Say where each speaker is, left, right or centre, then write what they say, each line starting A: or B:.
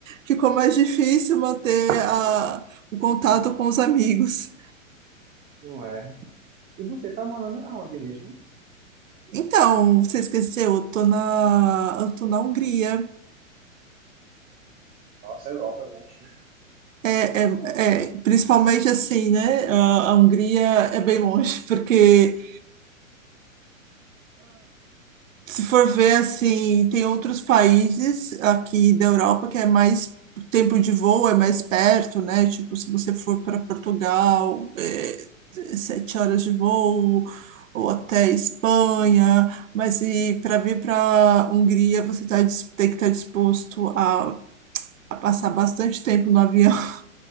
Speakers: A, on the right; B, on the right.
A: ficou mais difícil manter a, o contato com os amigos.
B: não é. E você tá morando aonde mesmo?
A: Então, você esqueceu, eu tô na, eu tô na Hungria.
B: Nossa, Europa, é longe, né?
A: É, é, é, principalmente assim, né? A, a Hungria é bem longe, porque Se for ver assim, tem outros países aqui da Europa que é mais tempo de voo, é mais perto, né? Tipo, se você for para Portugal, é é sete horas de voo, ou até Espanha, mas e para vir para Hungria, você tá, dis- tem que estar disposto a, a passar bastante tempo no avião. <laughs>